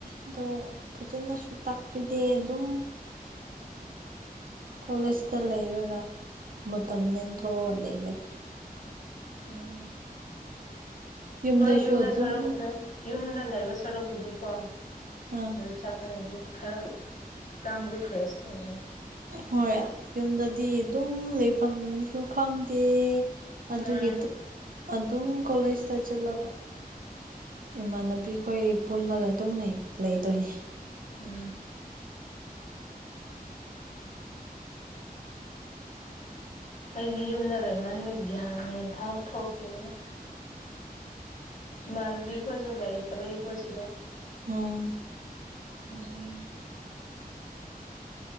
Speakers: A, on the right; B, on the left.
A: ꯑꯗꯣ ꯐꯖꯅꯁꯨ ꯇꯥꯛꯄꯤꯗꯦ ꯑꯗꯨꯝ ꯀꯣꯂꯦꯖꯇ ꯂꯩꯔꯒ ꯃꯇꯝ ꯂꯦꯟꯊꯣꯛꯑ ꯂꯩꯕꯅꯦ
B: ꯎꯝ
A: ꯌꯨꯝꯗꯁꯨ
B: ꯍꯣꯏ ꯌꯨꯝꯗ
A: ꯑꯗꯨꯝ
B: ꯁꯔꯨꯛ ꯌꯨꯝꯗ ꯂꯩꯕ ꯁꯔꯨꯛꯄꯨꯗꯤꯀꯣ
A: ꯑꯥꯝ
B: ꯑꯗꯨ ꯆꯥꯛꯄꯗꯗꯤ ꯈꯔ ꯍꯥꯛꯆꯥꯡꯁꯨ ꯐ꯭ꯔꯦꯁ ꯑꯣꯏ ꯑꯗꯨꯝ
A: ꯍꯣꯏ ꯌꯨꯝꯗꯗꯤ ꯑꯗꯨꯝ ꯂꯩꯐꯝꯁꯨ ꯈꯪꯗꯦ ꯑꯗꯨꯒꯤ
B: ꯎꯝ
A: ꯑꯗꯨꯝ ꯀꯣꯂꯦꯖꯇ ꯆꯠꯂꯒ ꯏꯃꯥꯟꯅꯕꯤꯈꯣꯏ ꯄꯨꯜꯂꯒ ꯑꯗꯨꯝ ꯂꯩꯗꯣꯏꯅꯦ
B: ꯎꯝ ꯑꯩꯗꯤ ꯌꯨꯝꯗ ꯂꯩꯃꯟꯕ ꯒ꯭ꯌꯥꯟꯃꯦꯟꯐꯥꯎ ꯊꯣꯛꯇꯔꯦꯗ ꯏꯃꯥꯟꯅꯕꯤ ꯑꯩꯈꯣꯏꯁꯨ ꯂꯩꯇꯕꯩꯈꯣꯏ ꯁꯤꯗ
A: ꯎꯝ
B: ꯎꯝ